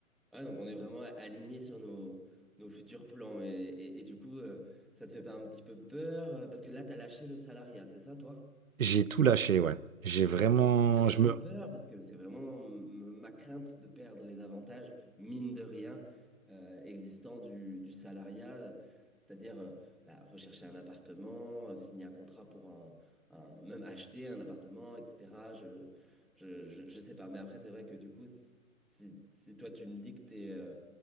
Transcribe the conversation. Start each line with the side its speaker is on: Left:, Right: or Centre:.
Centre: Ouais, donc on est vraiment aligné sur nos, nos futurs plans. Et, et- et du coup, euh, ça te fait pas un petit peu peur? euh, Parce que là, t'as lâché le salariat, c'est ça, toi?
Right: J'ai tout lâché, ouais. J'ai vraiment,
Centre: Ok, J'avais
Right: je
Centre: pas
Right: me,
Centre: peur parce que c'est vraiment m- ma crainte de perdre les avantages, mine de rien, euh, existants du, du salariat, c'est-à-dire euh, bah, rechercher un appartement, euh, signer un contrat pour un, un- même acheter un appartement, etc. Je, je, je, je sais pas, mais après, c'est vrai que du coup, c- si, si toi tu me dis que t'es euh,